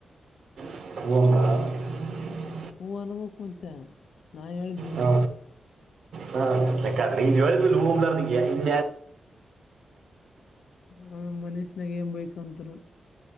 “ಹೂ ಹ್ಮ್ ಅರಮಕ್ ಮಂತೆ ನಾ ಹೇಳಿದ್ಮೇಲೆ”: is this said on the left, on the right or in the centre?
Left